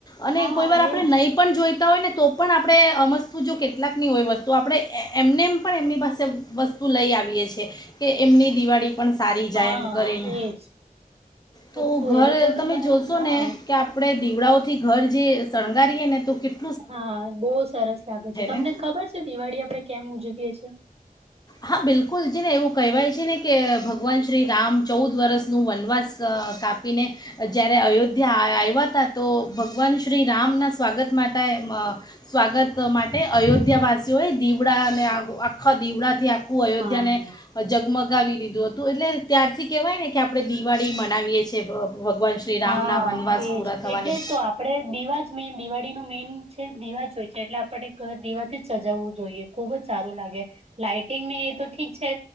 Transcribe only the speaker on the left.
અને
કોઈ વાર આપણે
નહીં પણ જોઈતા હોય ને તો પણ આપણે અમસ્તુ જો કેટલાકની હોય વસ તો આપણે એમને એમ પણ એમની પાસે વસ્તુ લઈ આવીએ છીએ કે એમની દિવાળી, પણ સારી
જાય એમ કરીને,
તો
ઘર
તમે
જોશો
ને, કે આપણે દીવડાઓથી ઘર જે શણગારીએ ને તો કેટ
ને
હા બિલકુલ છે ને એવું કહેવાય છે ને કે ભગવાન શ્રી રામ ચૌદ વર્ષનું વનવાસ, ક કાપીને, જ્યારે અયોધ્યા આવ્યા હતા તો ભગવાન શ્રી રામના સ્વાગત માટે અ, સ્વાગત માટે અયોધ્યા વાસીઓ એ દીવડા અને આખા દીવડા, થી આખું અયોધ્યા
ને, જગમગાવી દીધું હતું એટલે ત્યારથી કહેવાય ને કે આપણે દિવાળી મનાવીએ છીએ, ભ ભગવાન શ્રી રામના
વનવાસ
પૂરા થવાની.